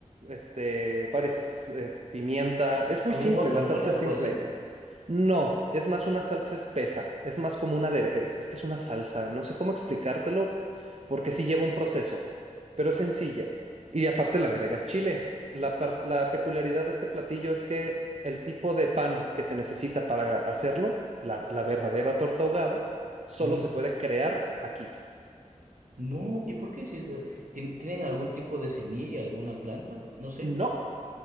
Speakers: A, on the right; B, on the right.
A: este, varias espe- es- pimienta. Es muy
B: como
A: simple,
B: un guacamole,
A: la salsa
B: algo
A: es simple.
B: así.
A: No, es más una salsa espesa, es más como una adere- es, es que es una salsa, no sé cómo explicártelo porque sí lleva un proceso, pero es sencilla. Y aparte le agregas chile. La, par- la peculiaridad de este platillo es que el tipo de pan que se necesita para hacerlo, la, la verdadera torta ahogada, solo
B: Ujú.
A: se puede crear aquí.
B: No, ¿y por qué hiciste? ¿Tien- ¿Tienen algún tipo de semilla, alguna planta? No sé,
A: No,